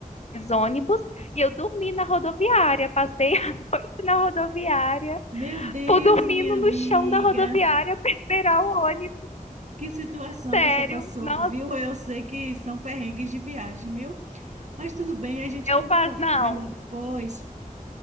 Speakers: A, on the left (about 50°); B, on the right (about 60°).
A: ônibus e eu dormi na rodoviária, passei <laughs> a noite na rodoviária
B: Meu Deus,
A: Pô, dormindo
B: minha amiga,
A: no chão da rodoviária pra esperar o ônibus,
B: que situação
A: sério.
B: você passou,
A: Nossa,
B: viu? Eu sei que são perrengues de viagem, viu? Mas tudo bem, a gente
A: eu
B: conversa
A: passo. Não,
B: melhor depois,